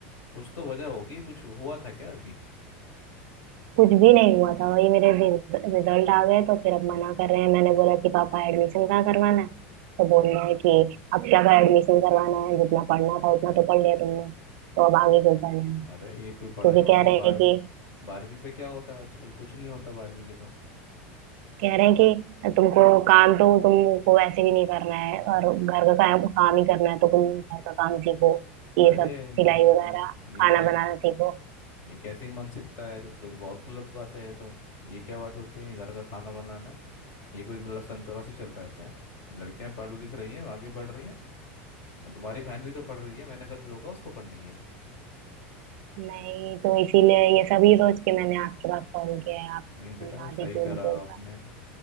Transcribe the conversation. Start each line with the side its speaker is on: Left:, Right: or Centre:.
Left: कुछ तो वजह होगी कुछ हुआ था क्या अभी
Right: कुछ भी नहीं हुआ था वही मेरे रिजल्ट आ गए तो फिर अब मना कर रहे हैं मैंने बोला कि पापा एडमिशन कहाँ करवाना है तो बोल रहे हैं कि अब क्या कर एडमिशन करवाना है जितना पढ़ना था उतना तो पढ़ लिया तुमने तो अब आगे क्यों पढ़ना है
Left: अरे ये कोई पढ़ाई
Right: क्योंकि
Left: होती
Right: कह
Left: है
Right: रहे
Left: बारहवीं
Right: हैं कि
Left: बारहवीं पे क्या होता है आजकल कुछ नहीं होता बारहवीं के तो
Right: कह रहे हैं कि तुमको काम तो तुमको वैसे भी नहीं करना है और घर का काम काम ही करना है तो तुम घर का काम सीखो ये
Left: अरे
Right: सब सिलाई
Left: ये
Right: वगैरह
Left: ये ये
Right: खाना
Left: कैसे
Right: बनाना सीखो
Left: ये कैसे मन सीखता है सब तो बहुत गलत बात है ये तो ये क्या बात होती है कि घर का खाना बनाना है ये कोई मतलब सन चौरासी चल रहा है क्या लड़कियां पढ़ लिख रही हैं आगे बढ़ रही हैं और तुम्हारी बहन भी तो पढ़ रही है मैंने कभी रोका उसको पढ़ने के लिए
Right: नहीं तो इसीलिए ये सब ही सोच के मैंने आपके पास कॉल किया है आप
Left: नहीं बेटा
Right: समझा दीजिए
Left: सही करा
Right: उनको एक
Left: आपने
Right: बार